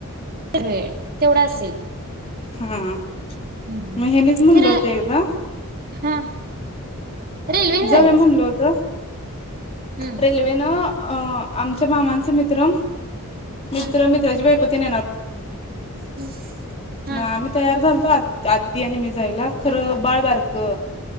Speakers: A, on the right (about 40°); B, on the left (about 25°).
A: व्हय तेवढं असेल.
B: हां मग
A: हम्म
B: हयांनीच म्हणल
A: खरं
B: होत एकदा
A: हा रेल्वेने
B: जवळ
A: जायचं
B: म्हणल होत.
A: हम्म
B: रेल्वेन अ आमच्या मामांचे मित्र मित्र
A: हम्म
B: मित्राची बायको <unintelligible> <unintelligible>
A: हम्म हा
B: मग आम्ही तयार झालतो. आ आत्ती आणि मी जायला खरं बाळ बारख.